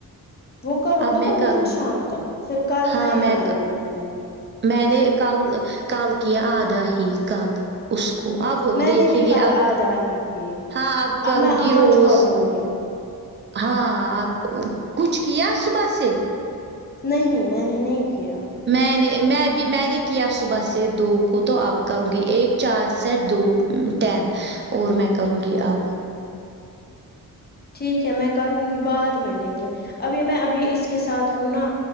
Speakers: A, on the left; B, on the right.
A: وہ کرو
B: اب
A: نا
B: میں
A: کمپلیٹ
B: کروں
A: شام تک پھر کل
B: ہاں
A: نہیںئے
B: میں
A: آئیں
B: ک
A: گے تمہیں
B: میں نے کل کل کیا آدھا ہی کل اس کو اب
A: میں
B: دیکھے
A: نے بھی
B: گی
A: کل
B: اب
A: آدھا ہی کیے
B: ہاں اب کروں
A: میں
B: گی
A: آج
B: روز
A: کروں گی
B: ہاں اب کچھ کیا صبح سے
A: نہیں میں نے نہیں کیا
B: میں نے میں بھی میں نے کیا صبح سے دو کو تو اب کروں گی ایک چار سیٹ دو ٹین اور میں کروں گی اب
A: ٹھیک ہے میں کروں گی بعد میں لیکن ابھی میں ابھی اس کے ساتھ ہوں نا